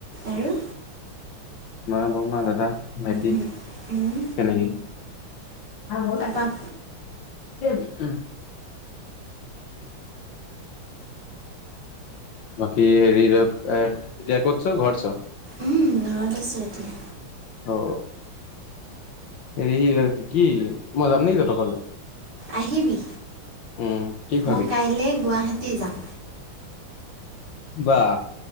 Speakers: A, on the right; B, on the left.
A: আৰু
B: মা, বৰমা, দাদা, ভাইটি
A: উম উম
B: ফেমেলি <unintelligible>
A: পাপ
B: বাকী হেৰি ধৰক এ এতিয়া ক'ত আছ ঘৰত আচ।
A: উম ঘৰত আছো এতিয়া।
B: অ, হেৰি কি মই যাম নিকি তহতৰ ঘৰলে।
A: আহিবি।
B: উম কি খুৱাবি
A: মই কাইলে গুৱাহাটী যাম।
B: বাহ